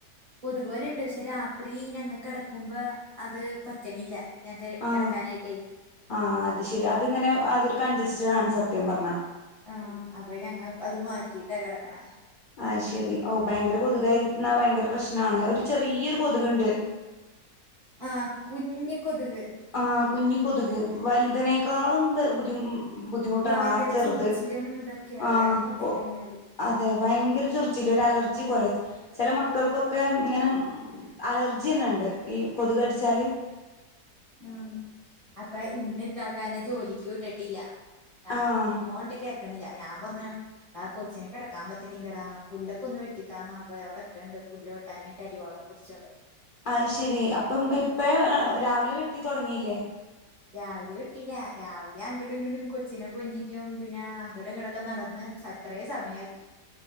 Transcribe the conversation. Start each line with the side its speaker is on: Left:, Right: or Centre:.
Right: കൊതുക് വലണ്ട് പക്ഷെ രാത്രി ഞങ്ങ കിടക്കുമ്പോ അത് പറ്റണില്ല. ഞങ്ങക്ക്
Left: ആഹ
Right: കിടക്കാനായിട്ടേ
Left: ആ അത് ശരി അതിങ്ങനെ അതൊരു കഞ്ചസ്റ്റ ആണ് സത്യം പറഞ്ഞ.
Right: ആഹ അപ്പൊ ഞങ്ങ അത് മാറ്റിട്ടാ കിടക്കണെ.
Left: ആഹ് ശെരി ഓ ഭയങ്കര കൊതുക്യിരിക്കുന്നാ ഭയങ്കര പ്രശ്നമാണ് ഒരു ചെറിയൊരു കൊതുക് ഉണ്ട്.
Right: ആഹ കുഞ്ഞ് കൊതുക്.
Left: ആ കുഞ്ഞ് കൊതുക് വലുതതിനേക്കാളും ബുദ്ധി ബുദ്ധിമുട്ടാണ്
Right: ഭയങ്കര
Left: ആ ചെറുത്
Right: ചൊറിച്ചിലും ഇതൊക്കെയാ
Left: ആഹ
Right: അത് കുത്തിക്കഴിഞ്ഞാല്
Left: ഓ അതെ ഭയങ്കര ചൊറി ച്ചില ഒരു അലർജി പോലെ ചില മക്കൾക്കൊക്കെ ഇങ്ങനെ. അലർജി ന്നെണ്ട് ഈ കൊതക്ടിച്ചാല്.
Right: ഉ അപ്പ ഇന്ന് കാക്കാന ജോലിക്ക് വിട്ടിട്ടില്ല. ഞാൻ
Left: ആഹ്
Right: ഉമ്മോണ്ടൊക്കെ. ക്കണ ഞാൻ പറഞ്ഞ ആ കൊച്ചിന കിടക്കാൻ പറ്റണീല്ലടാ പുല്ലൊക്കെ ഒന്ന് വെട്ടിത്താ ന് പറഞ്ഞപ്പിവിടെ നി പുല്ല് വെട്ടാനായിട്ട് അരിവാളും പിടിച്ചോണ്ട്.
Left: അത് ശെരി അപ്പം ഇപ്പ രാവിലെ വെട്ടി തൊടങ്ങില്ലേ?
Right: രാവിലെ വെട്ടില രാവിലെ അങ്ങട്ടും ഇങ്ങട്ടും കൊച്ചിനൊക്കെ കൊഞ്ചിക്കും പിന്നെ അങ്ങട്ടും ഇങ്ങടൊക്കെ നടന്ന്. അത്രയേ സമയാക്കി.